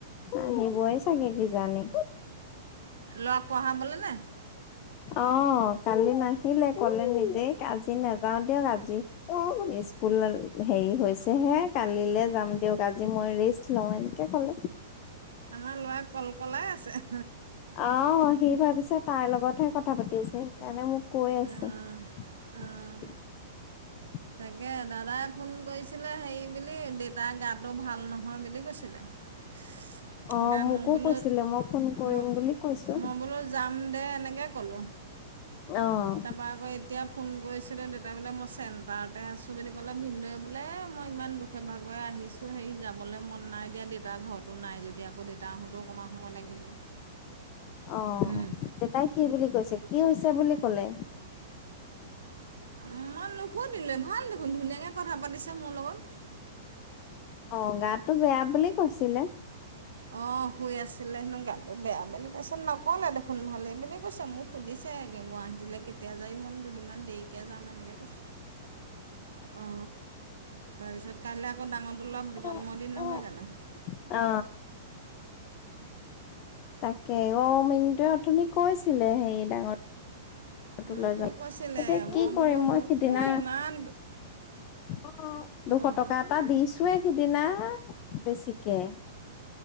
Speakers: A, on the left (about 40°); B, on the right (about 70°).
A: নাহিবই চাকে কিজানি।
B: ল'ৰা পঢ়াবলে নে।
A: অ কালি নাহিলে ক'লে নিজেই আজি নাযাও দিয়ক আজি। অ স্কুল হেৰি হৈছেহে কালিলে যাম দিয়ক আজি মই ৰিষ্ট। লও এনেকে ক'লে।
B: আমাৰ ল'ৰা কলকলাই আছে।
A: আহ সি ভাবিছে তাইৰ লগতহে কথা পাতি আছে সেইকাৰণে মোক কৈ
B: অ',
A: আছে। <unintelligible>
B: অ'। তাকে দাদাই ফোন কৰিছিলে হেৰি বুলি দেউতাৰ গাটো ভাল নহয় বুলি কৈছি লে
A: অ', মোকো
B: মই বোলো
A: কৈছিলে মই ফোন কৰিম
B: মই
A: বুলি কৈছো
B: মই বোলো যাম দে এনেকে ক'লো।
A: অ।
B: তাৰপৰা আকৌ এতিয়া ফোন কৰিছিলো দেউতা বোলে মই চেণ্টাৰতে আছো বুলি ক'লে ভিনদৈয়ে বোলে মই ইমান দুখ। ভাগই আহিছোঁ হেৰি যাবলৈ মন নাই দেউতাৰ ঘৰতো নাই যদি আকৌ দেউতা আহোঁতেও অকণমান সময় লাগিব।
A: অ
B: উম।
A: দেউতাই কি বুলি কৈছে কি হৈছে বুলি ক'লে।
B: উম মই নুশুধিলোঁ ভাল দেখোন ধুনীয়াকে কথা পাতিছে মোৰ লগত।
A: অ গাতটো বেয়া বুলি কৈছিলে।
B: অ শুই আছিলে হেনো গাটো বেয়া বুলি কৈছে, নক'লে দেখোন ভালেই বুলি কৈছে মোক। সুধিছে একে গুৱাহাটীলে কেতিয়া যাবি? মই দুদিনমান দেৰিকে যাম এনেকে কৈছোঁ। অ তাৰপিছত কাইলে আকৌ ডাঙৰটো লৰা
A: অ',
B: জন্মদিন নহয় জানো?
A: অ। তাকে অ মিন্টুৱে অথনি কৈছিলে হেই ডাঙৰ এটো
B: মোকো
A: লৈ যাম
B: কৈছিলে
A: এতিয়া
B: মই
A: কি
B: বোলো
A: কৰিম মই
B: মো
A: সিদিনা
B: ইমান
A: অ দুশ
B: অঁ
A: টকা এটা দিছোঁৱে সিদিনা বেছিকে।